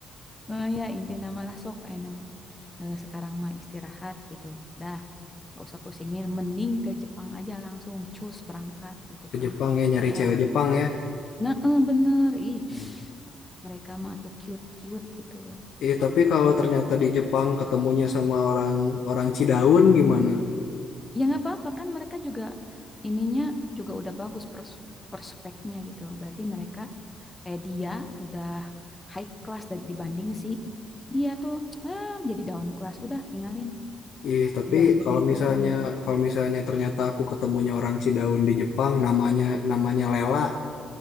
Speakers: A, on the left; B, on the left.
A: Eh, ya, inti nama lah sok. Eh, nama. Eh, sekarang mah istirahat gitu. Dah, gak usah pusingin. Mending ke Jepang aja langsung. Cus, berangkat gitu
B: ke
A: kan.
B: Jepang ya nyari
A: Dah.
B: cewek Jepang ya.
A: Nah, eh, bener. Ih,
B: Hmm.
A: mereka mah tuh cute-cute gitu.
B: Ih, tapi kalau ternyata di Jepang ketemunya sama orang orang Cidaun gimana?
A: ya nggak apa-apa kan mereka juga ininya juga udah bagus pros- prospeknya gitu loh. Berarti mereka eh dia udah high class dan dibanding si dia tuh eh, jadi down class udah tinggalin
B: Ih, tapi
A: udah jadi
B: kalau misalnya
A: turun
B: kalau misalnya ternyata aku ketemunya orang Cidaun di Jepang, namanya namanya Lela,